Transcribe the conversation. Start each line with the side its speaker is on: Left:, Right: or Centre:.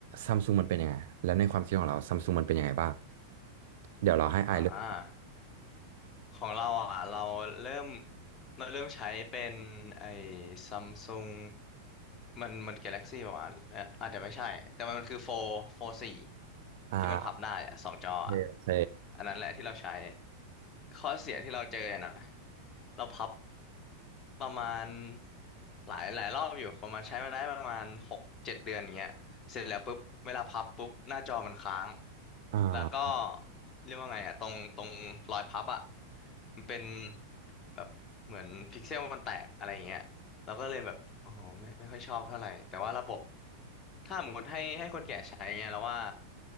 Right: ซัมซุงมันเป็นยังไงแล้วในความคิดของเราซัมซุงมันเป็นยังไงบ้างเดี๋ยวเราให้ไอซ์เลือก
Left: อ่าของเราอ่ะเราเริ่มเราเริ่มใช้เป็นไอ้ซัมซุงมันมันกาแล็กซี่ป่าวะเอ่ออาจจะไม่ใช่แต่มันคือโฟโฟสี่
Right: อ่า
Left: ที่มันพับได้อ่ะสองจออ่ะ
Right: โอเคโอเค
Left: อันนั้นแหละที่เราใช้ข้อเสียที่เราเจอเนี่ยนะเราพับประมาณหลายหลายรอบอยู่ประมาณใช้มาได้ประมาณหกเจ็ดเดือนอย่างเงี้ยเสร็จแล้วปุ๊บเวลาพับปุ๊บหน้าจอมันค้าง
Right: อ่
Left: แล้วก็
Right: า
Left: เรียกว่าไงอ่ะตรงตรงรอยพับอ่ะมันเป็นแบบเหมือนพิกเซลมันแตกอะไรอย่างเงี้ยเราก็เลยแบบโอ้โหไม่ไม่ค่อยชอบเท่าไหร่แต่ว่าระบบถ้าสมมติให้ให้คนแก่ใช้เงี้ยเราว่า